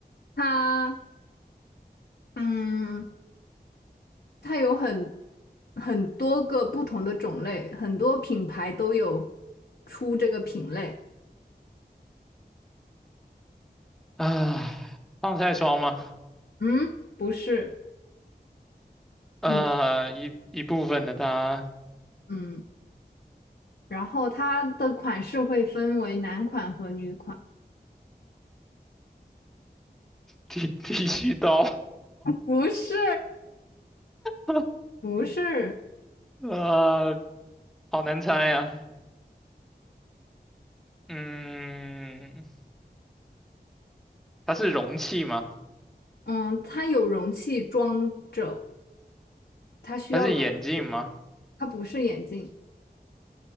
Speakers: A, on the left; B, in the centre.
A: 它，嗯。它有很很多个不同的种类，很多品牌都有出这个品类。
B: 啊，防晒霜吗？
A: 嗯，不是很
B: 呃，一一部分的它，
A: 嗯，然后它的款式会分为男款和女款。
B: 剃剃须刀，
A: 不是，
B: <laughs>
A: 不是，
B: 呃，好难猜呀、嗯，它是容器吗？
A: 嗯，它有容器装着，它需要容，
B: 它是眼镜吗？
A: 它不是眼镜，